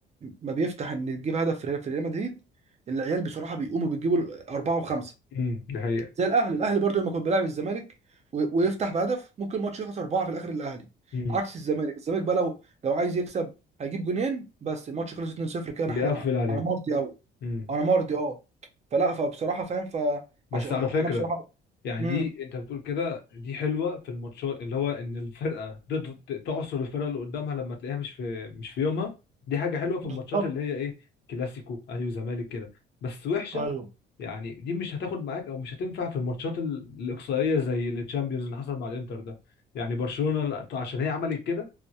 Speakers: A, on the right; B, on the left.
A: ما بيفتح ان تجيب هدف في ريال في ريال مدريد العيال بصراحه بيقوموا بيجيبوا اربعه وخمسه
B: امم دي حقيقة
A: زي الاهلي الاهلي برضو لما كان بيلعب الزمالك و- ويفتح بهدف ممكن الماتش يخلص اربعه في الاخر الاهلي
B: امم
A: عكس الزمالك الزمالك بقى لو لو عايز يكسب هيجيب جونين بس الماتش خلص 2-0 كان
B: ويقفل
A: احنا انا حل-
B: عليهم
A: انا مرضي قوي
B: امم
A: انا مرضي اه فلا فبصراحه فاهم فعشان
B: بس على فكرة
A: انا بصراحه
B: يعني
A: امم
B: دي انت بتقول كده دي حلوة في الماتشات اللي هو ان الفرقة تقدر ت- تعصر الفرقة اللي قدامها لما تلاقيها مش في مش في يومها دي حاجة حلوة في
A: بالظبط
B: الماتشات اللي هي ايه كلاسيكو اهلي وزمالك كده بس وحشة
A: ايوه
B: يعني دي مش هتاخد معاك او مش هتنفع في الماتشات ال- الإقصائية زي التشامبيونز اللي حصل مع الانتر ده يعني برشلونة عشان هي عملت كده